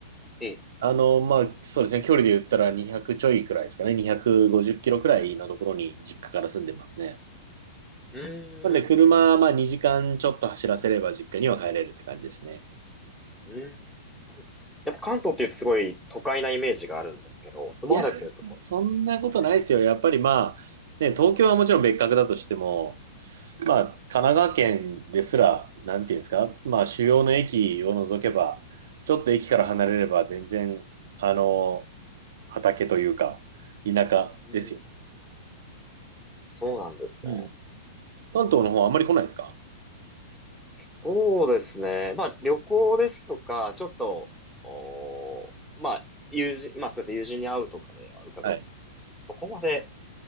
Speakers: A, in the centre; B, on the right.
A: ええ、
B: あの、まあ、そうですね。距離で言ったら200ちょいくらいですかね。250キロくらいのところに実家から住んでますね。
A: うーん、
B: なんで、車、まあ、2時間ちょっと走らせれば実家には帰れるって感じですね。
A: うーん。やっぱ関東って言うとすごい都会なイメージがあるんですけど、住まわれてるところも
B: いやー、そんなことないですよ。
A: ね。
B: やっぱりまあ、ね、東京はもちろん別格だとしても、まあ、神奈川県ですら、なんていうんですか、まあ、主要の駅を除けば、ちょっと駅から離れれば全然、あの、畑というか、田舎ですよ。
A: うん、そうなんですね。
B: うん。関東の方あんまり来ないですか
A: そうですね。まあ旅行ですとか、ちょっと、おーまあ友人、まあそうですね、友人に会うとかでは伺うことなんですけど、
B: はい。
A: そこまで